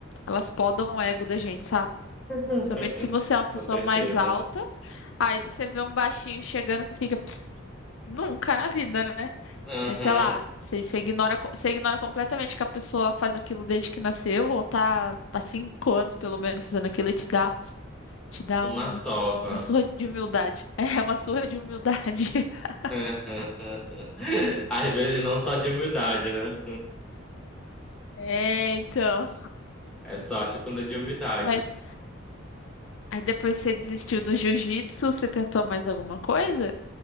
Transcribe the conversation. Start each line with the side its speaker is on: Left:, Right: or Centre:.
Left: Elas podam o ego da gente, sabe?
Centre: <laughs>
Left: Principalmente se você é uma pessoa
Centre: Com certeza.
Left: mais alta, aí você vê um baixinho chegando, você fica, nunca na vida, né?
Centre: Uhum.
Left: Aí, sei lá, você, você ignora, co- você ignora completamente que a pessoa faz aquilo desde que nasceu, ou tá há cinco anos, pelo menos, fazendo aquilo e te dá, te dá
Centre: Uma
Left: um,
Centre: sova.
Left: uma surra de humildade. <laughs> É, uma surra de humildade. <laughs>
Centre: <laughs> Às vezes não só de humildade, né?
Left: É, então.
Centre: É sorte quando é de humildade.
Left: Mas aí depois você desistiu do jiu-jitsu, você tentou mais alguma coisa?